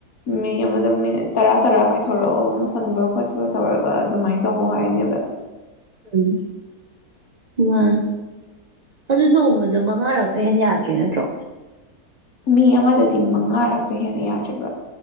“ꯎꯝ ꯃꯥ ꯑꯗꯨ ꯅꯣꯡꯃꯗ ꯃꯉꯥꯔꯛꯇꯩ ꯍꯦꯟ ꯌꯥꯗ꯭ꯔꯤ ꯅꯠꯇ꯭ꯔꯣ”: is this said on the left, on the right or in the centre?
Right